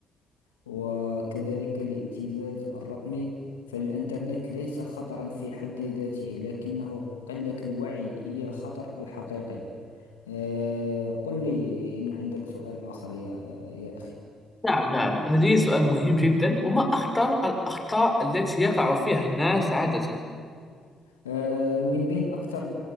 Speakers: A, on the left; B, on the left.
A: وكذلك الابتزاز الرقمي فالإنترنت ليس خطرا في حد ذاته لكنه قلة الوعي هي الخطر الحقيقي آه، قل لي إن عندك سؤال آخر يا يا أخي
B: نعم نعم لدي سؤال مهم جدا وما أخطر الأخطاء التي يقع فيها الناس عادة؟
A: آه، من بين أكثر